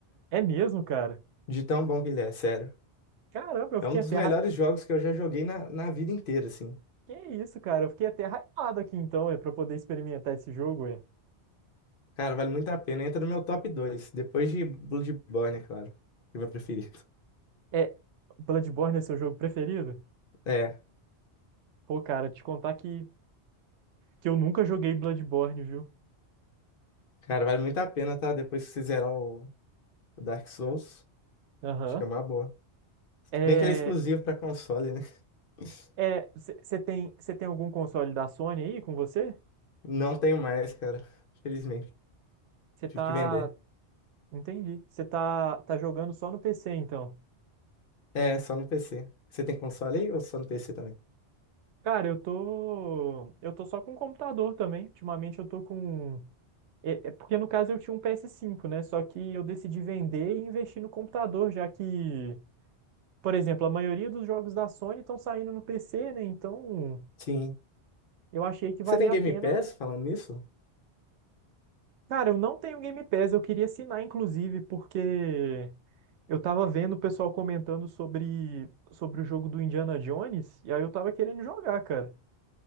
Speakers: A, on the right; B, on the left.
A: É mesmo, cara.
B: De tão bom que ele é, sério.
A: Caramba, eu fiquei
B: É um dos
A: até
B: melhores
A: hype.
B: jogos que eu já joguei na, na vida inteira, assim.
A: Que isso, cara? Eu fiquei até hypado aqui então, é para poder experimentar esse jogo, é.
B: Cara, vale muito a pena. Entra no meu top 2, depois de Bloodborne, é claro, que é o meu preferido. <laughs>
A: É Bloodborne é seu jogo preferido?
B: É,
A: Pô, cara, te contar que que eu nunca joguei Bloodborne, viu?
B: cara, vale muito a pena, tá? Depois que você zerar o o Dark Souls,
A: Aham.
B: acho que é uma boa.
A: É,
B: Bem que ele é exclusivo pra console, né? <laughs>
A: é, você tem, você tem algum console da Sony aí com você?
B: Não tenho mais, cara. Felizmente.
A: Você tá
B: Tive que vender.
A: Entendi. Você tá, tá jogando só no PC, então.
B: É, só no PC. Você tem console aí ou só no PC também?
A: Cara, eu tô. Eu tô só com computador também. Ultimamente eu tô com. É, é porque no caso eu tinha um ps cinco, né? Só que eu decidi vender e investir no computador, já que, por exemplo, a maioria dos jogos da Sony estão saindo no PC, né? Então
B: Sim.
A: eu achei que valia
B: Você tem Game
A: a pena.
B: Pass falando nisso?
A: Cara, eu não tenho Game Pass, eu queria assinar, inclusive, porque eu tava vendo o pessoal comentando sobre, sobre o jogo do Indiana Jones, e aí eu tava querendo jogar, cara.